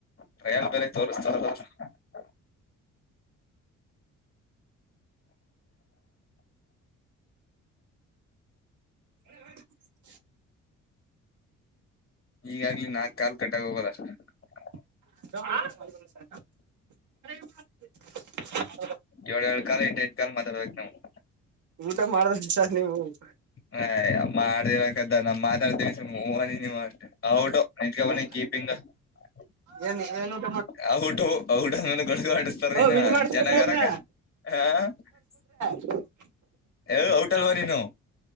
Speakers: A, on the left; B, on the right.
A: ಟ್ರಯಲ್, ಬೇರೆ ತೋರಿಸು. <unintelligible> ಭಾನುವಾರ. <unintelligible>
B: ವಾಡುವಾಡಿ. <unintelligible>
A: ಈಗಾಗ್ಲಿ, ನಾಕ್ ಕಾಲ್, ಕಟ್ಟಾಗೀ, ಹೋಗೋದ. <unintelligible>
B: ಹ.. <unintelligible>
A: ಏಳಏಳು, ಕಾಲ್ ಎಂಟು, ಎಂಟು, ಕಾಲ್ ಮಾತಾಡ್ಬೇಕಕ್, ನಾವು. <inaudible>
B: ಊಟ ಮಾಡಬೇಕು ಸಾರ್ ನೀವು. <inaudible>
A: ಹೇಹೋ. <unintelligible> ಮಾಡ್ದೇವದ, ನಮ ಮಾತಾಡ್ತೀವಿ ಸನಿ ನೀವು ಅಷ್ಟೇ ಔ. <unintelligible> ನೀತಿಕೋ, ಬಾನಿ,
B: ಏ
A: ಕೀಪಿಂಗ. <unintelligible>
B: ಏನ್, ಏನೆನು. <unintelligible>
A: ಹಾಡುತುಔಟು. <unintelligible> ಹ. <unintelligible> ಗುಡುಗ, ಹೊಡಸ್ತಾರ
B: ಓ
A: ನೀನ್ನ
B: ವಿನ್ ಮಾಡಿಸ್ಬಿಟ್ರಿ
A: ಚೆನ್ನಾಗರಕ್ಕ,
B: ಅದ್ರ
A: ಹ. <unintelligible>
B: <unintelligible> <inaudible>
A: ಓಯ್ ಔಟ್ ಅಲ್ವಾ ನೀನು